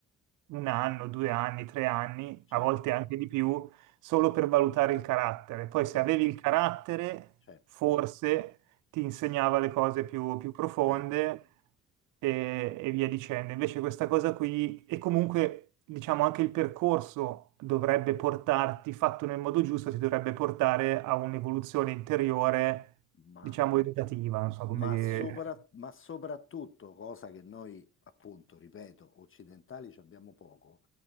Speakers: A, on the right; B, on the left.
A: un anno, due anni, tre anni,
B: certo,
A: a volte anche di più, solo per valutare il carattere. Poi se
B: certo,
A: avevi il carattere,
B: certo,
A: forse ti insegnava le cose più, più profonde
B: certo.
A: e, e via dicendo. Invece questa cosa qui, e comunque diciamo anche il percorso dovrebbe portarti, fatto nel modo giusto, ti dovrebbe portare a un'evoluzione interiore,
B: Ma,
A: diciamo, educativa, non so
B: ma
A: come dire.
B: sopra- ma soprattutto, cosa che noi, appunto, ripeto, occidentali ci abbiamo poco,